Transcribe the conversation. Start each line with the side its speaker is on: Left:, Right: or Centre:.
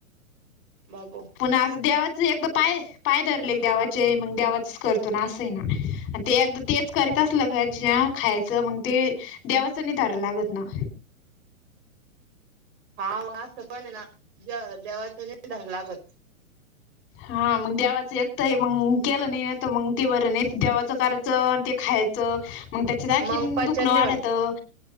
Right: बाब
Left: पुन्हा असं देवाच एकदा पाय पाय धरले देवाचे मग देवाचच करतो ना असंही ना. ते एकदा तेच करीत असलं का ज खायचं मग ते देवाचं नि तारव लागत ना.
Right: हा असं पण ना देवाच नाही ध्यान लागत.
Left: हा मग देवाचं एक तर मग केलं नाही ना तर मग ते बरं नाही देवाचं कार ते खायचं मग त्याच्याखीन
Right: मग पचन
Left: दुखणं
Right: नाही
Left: वाढतं.
Right: होत